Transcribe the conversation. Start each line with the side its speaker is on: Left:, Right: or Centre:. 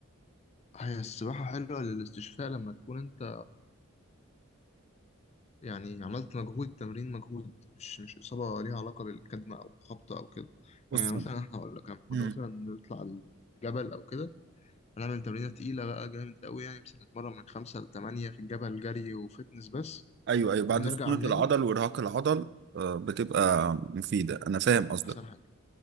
Left: هي السباحه حلوه للاستشفاء لما تكون انت يعني عملت مجهود تمرين مجهود مش مش اصابه ليها علاقه بالكدمه او خبطه او كده
Right: اصلا
Left: يعني مثلا احنا اقول لك لما
Right: مم.
Left: كنا مثلا نطلع الجبل او كده هنعمل تمرينة تقيلة بقى جامد قوي يعني مثلا نتمرن من خمسة لتمانية في الجبل جري وفتنس بس
Right: ايوه ايوه بعد
Left: لما بنرجع
Right: سخونة
Left: على النادي
Right: العضل وارهاق العضل آه، بتبقى مفيدة انا فاهم قصدك
Left: أحسن حاجة